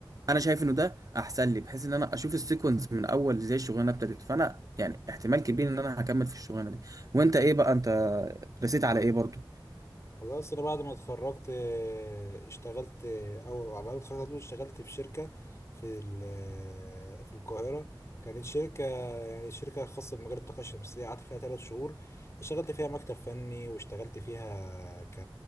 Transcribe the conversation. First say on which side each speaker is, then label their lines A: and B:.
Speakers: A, on the right; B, on the left.
A: انا شايف انه ده احسن لي بحيث ان انا اشوف السيكونس من اول ازاي الشغلانه ابتدت فانا يعني احتمال كبير ان انا هكمل في الشغلانه دي وانت ايه بقى انت رسيت على ايه برضو
B: والله اصل أنا بعد ما اتخرجت آه، اشتغلت آه، او بعد ما اتخرجت على طول اشتغلت في شركه في ال- آه، في القاهره كانت شركه يعني شركه خاصه بمجال الطاقه الشمسيه قعدت فيها ثلاث شهور اشتغلت فيها مكتب فني واشتغلت فيها ك...